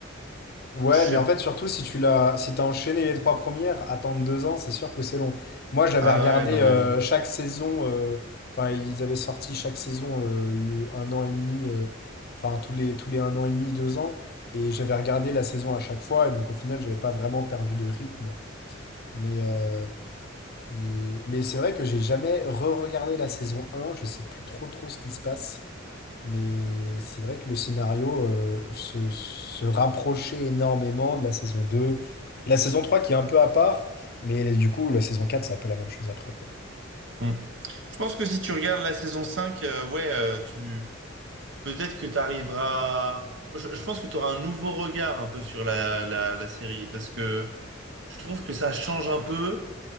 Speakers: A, on the left; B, on the right.
A: Ouais,
B: je sais...
A: mais en fait, surtout si tu l'as, si t'as enchaîné les trois premières, attendre deux ans, c'est sûr que c'est long. Moi, j'avais
B: Ah
A: regardé
B: ouais, non,
A: euh,
B: oui.
A: chaque saison, euh, enfin, ils avaient sorti chaque saison euh, un an et demi, euh, enfin, tous les, tous les un an et demi, deux ans, et j'avais regardé la saison à chaque fois, et donc au final, j'avais pas vraiment perdu de rythme. Mais, euh, mais, mais c'est vrai que j'ai jamais re-regardé la saison un. je sais plus trop trop ce qui se passe. Mais c'est vrai que le scénario euh, se, se rapprochait énormément de la saison 2, de la saison 3 qui est un peu à part, mais là, du coup, la saison 4 c'est un peu la même chose après, quoi.
B: Hmm. Je pense que si tu regardes la saison 5, euh, ouais, euh, tu... peut-être que tu arriveras... Je, je pense que tu auras un nouveau regard un peu sur la, la, la série, parce que je trouve que ça change un peu.